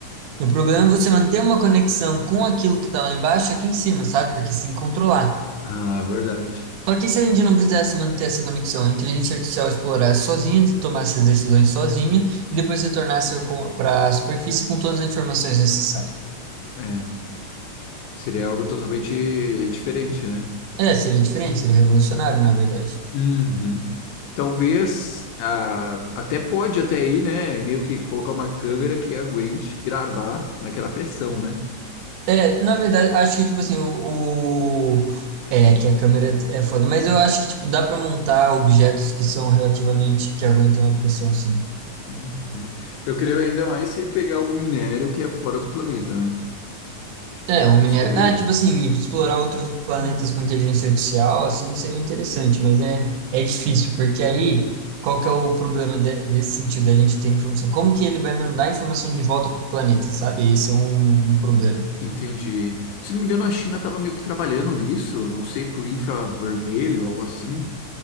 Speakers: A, on the right; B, on the left.
A: O problema é você manter uma conexão com aquilo que tá lá embaixo, aqui em cima, sabe? Porque se controlar.
B: Ah, verdade.
A: Só que se a gente não precisasse manter essa conexão, a inteligência artificial explorasse sozinha, tomasse as decisões sozinha e depois se tornasse para a superfície com todas as informações necessárias.
B: É. Seria algo totalmente diferente, né?
A: É, seria diferente, seria revolucionário, na verdade.
B: Uhum. Talvez, ah, até pode até aí, né? Meio que colocar uma câmera que aguente gravar naquela pressão, né?
A: É, na verdade, acho que, tipo assim, o, o- É, que a câmera é foda, mas eu acho que, tipo, dá para montar objetos que são relativamente, que aguentam a pressão, assim.
B: Uhum. Eu creio ainda mais se pegar algum minério que é fora do planeta, né?
A: É, um minério.
B: Descobrir.
A: Ah, tipo assim, explorar outros planetas com inteligência artificial, assim, seria interessante, mas é, é difícil, porque aí, qual que é o problema de- desse sentido, da gente ter informação? Como que ele vai mandar a informação de volta para o planeta, sabe? Esse é um, um problema.
B: Entendi. Se não me engano, a China estava meio que trabalhando nisso, não sei, por infravermelho, algo assim,